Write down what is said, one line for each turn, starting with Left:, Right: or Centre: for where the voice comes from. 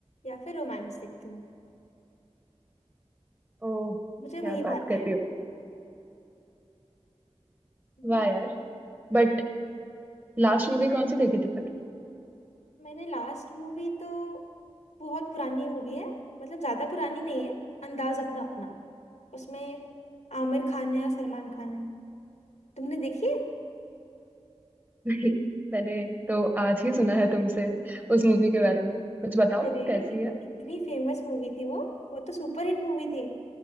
Left: या फिर रोमांस देखती हूँ
Right: ओ क्या
Left: मुझे वही भाते
Right: बात कर
Left: हैं
Right: रही हो
Left: <laughs>
Right: वाह यार बट लास्ट मूवी कौन सी देखी थी फिर <laughs>
Left: मैंने लास्ट मूवी तो बहुत पुरानी मूवी है मतलब ज्यादा पुरानी नहीं है अंदाज अपना अपना उसमें आमिर खान है और सलमान खान है तुमने देखी है
Right: नहीं मैंने तो आज ही सुना है तुमसे उस मूवी के बारे में कुछ बताओ
Left: अरे
Right: कैसी
Left: इत-
Right: है
Left: इतनी फेमस मूवी थी वो वो तो सुपरहिट मूवी थी